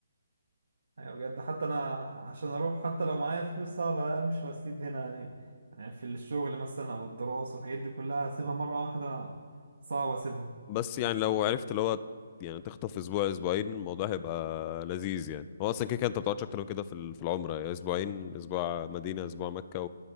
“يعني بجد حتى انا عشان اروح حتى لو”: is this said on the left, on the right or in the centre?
Right